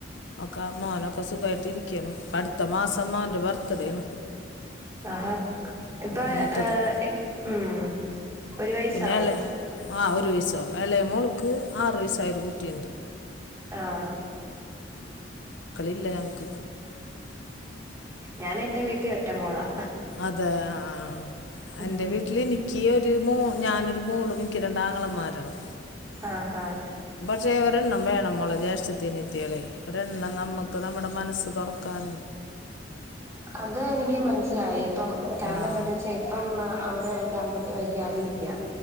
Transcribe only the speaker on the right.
ആഹാ ഇപ്പൊ
ഏഹ് ഉം ഒരു വയസാവോ
ആഹ്
ഞാനെന്റെ വീട്ടീ ഒറ്റമോളാ
ഉം
ആഹ് ആഹ്
അത് എനിക്ക് മനസ്സിലായി ഇപ്പം കാരണം
എന്താന്ന് വെച്ചാ ഇപ്പം ആഹ് അവടെ എന്റമ്മയ്ക്ക് വയ്യാതിരിക്ക്യാ